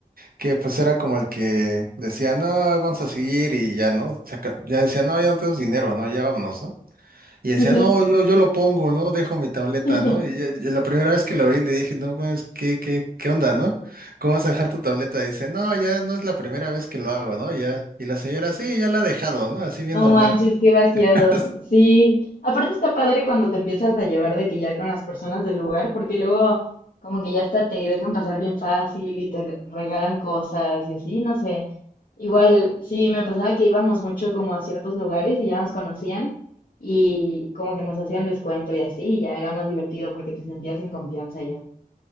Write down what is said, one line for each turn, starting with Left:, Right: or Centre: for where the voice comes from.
Right: Que pues era como el que decía, no, vamos a seguir y ya, ¿no? Saca- ya decía, no, ya no tenemos dinero, ¿no? Ya vámonos, ¿no? Y decía,
Left: Sí,
Right: no, yo, yo lo pongo, ¿no? Dejo mi tableta,
Left: sí.
Right: ¿no? Y, ya- ya la primera vez que lo vi le dije, no, pues, ¿qué, qué, qué onda, no? ¿Cómo vas a dejar tu tableta? Y dice, no, ya no es la primera vez que lo hago, ¿no? Ya. Y la señora, sí, ya la ha dejado, ¿no? Así bien
Left: No
Right: normal.
Left: manches, qué vaciado.
Right: <laughs>
Left: Sí, aparte está padre cuando te empiezas a llevar de que ya con las personas del lugar, porque luego como que ya hasta te dejan pasar bien fácil y te re- regalan cosas y así, no sé. Igual, sí, me pasaba que íbamos mucho como a ciertos lugares y ya nos conocían y como que nos hacían descuento y así, y ya era más divertido porque te sentías en confianza ya.